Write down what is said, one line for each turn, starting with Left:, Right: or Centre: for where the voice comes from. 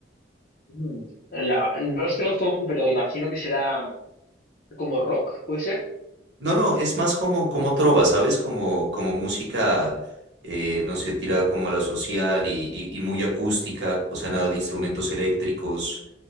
Left: Mm, la, no los conozco, pero imagino que será como rock, ¿puede ser?
Right: No, no, es más como, como trova, ¿sabes? Como, como música, eh, no sé, tirada como a la social y, y- y muy acústica, o sea, nada de instrumentos eléctricos.